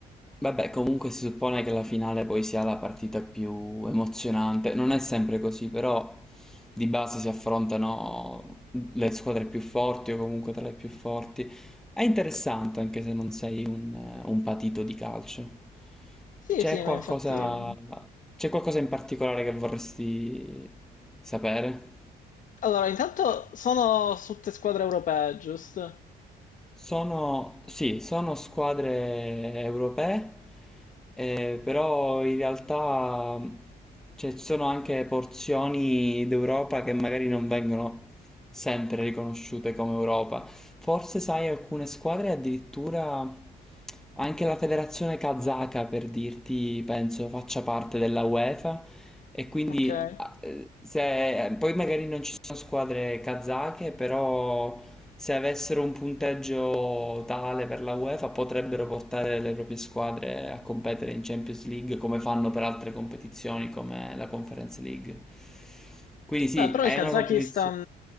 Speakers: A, in the centre; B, on the left.
A: Vabbè, comunque si suppone che la finale poi sia la partita più emozionante. Non è sempre così, però di base si affrontano le squadre più forti o comunque tra le più forti. È interessante anche se non sei un, eh, un patito di calcio.
B: Sì,
A: C'è
B: sì,
A: qualcosa,
B: ma infatti...
A: c'è qualcosa in particolare che vorresti sapere?
B: Allora, intanto sono su tutte squadre europee, giusto?
A: Sono, sì, sono squadre europee, eh, però in realtà mh, cioè, ci sono anche porzioni d'Europa che magari non vengono sempre riconosciute come Europa. Forse, sai, alcune squadre addirittura anche la federazione kazaka, per dirti, penso faccia parte della UEFA e quindi
B: Ok. Eh,
A: ah, eh, se, poi magari non ci sono squadre kazake, però se avessero un punteggio tale per la UEFA potrebbero portare le proprie squadre a competere in Champions League come fanno per altre competizioni come la Conference League. Quindi sì,
B: però
A: è
B: il Kazakistan,
A: una competizione.